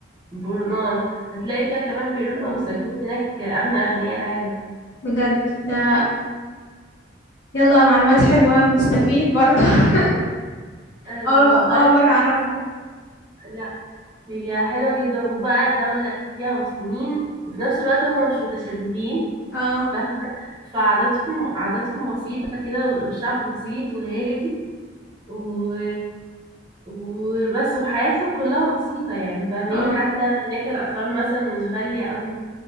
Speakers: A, on the right; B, on the left.
A: بروناي هتلاقي فيها كمان بيروحوا
B: بروناي.
A: ساكنين هناك أغنى أغنياء العالم
B: بجد ده يلا معلومات حلوه بنستفيد برضه <laughs>
A: أه
B: اول
A: بس
B: اول مره اعرفها
A: لا هي حلوة جدا وبقى دولة فيها مسلمين وفي نفس الوقت هم مش متشددين
B: اه
A: ف- فعاداتهم عاداتهم بسيطة كده والشعب بسيط وهادي و... وبس وحياتهم كلها بسيطة يعني فاهماني
B: اه
A: حتى هناك الأسعار مثلا مش غالية قوي